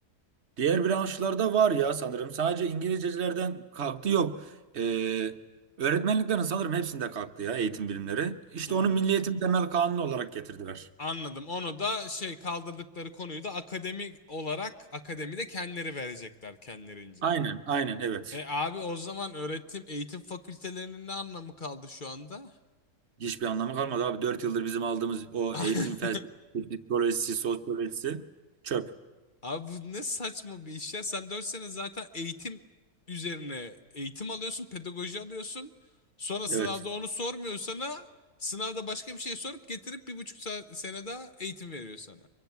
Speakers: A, on the right (about 45°); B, on the left (about 35°).
A: Diğer branşlarda var ya sanırım. Sadece İngilizcecilerden kalktı yok. Ee, öğretmenliklerin sanırım hepsinde kalktı ya eğitim bilimleri. İşte
B: Hmm,
A: onu Milli Eğitim Temel Kanunu olarak getirdiler.
B: anladım. Onu da şey kaldırdıkları konuyu da akademik olarak akademide kendileri verecekler kendilerince.
A: Aynen, aynen evet.
B: E abi o zaman öğretim eğitim fakültelerinin ne anlamı kaldı şu anda?
A: Hiçbir anlamı kalmadı abi. Dört yıldır bizim aldığımız o
B: <laughs>
A: eğitim felsefesi, psikolojisi, sosyolojisi çöp.
B: Abi bu ne saçma bir iş ya. Sen 4 sene zaten eğitim üzerine eğitim alıyorsun, pedagoji alıyorsun. Sonra sınavda
A: Evet.
B: onu sormuyor sana. Sınavda başka bir şey sorup getirip bir buçuk sa- sene daha eğitim veriyor sana.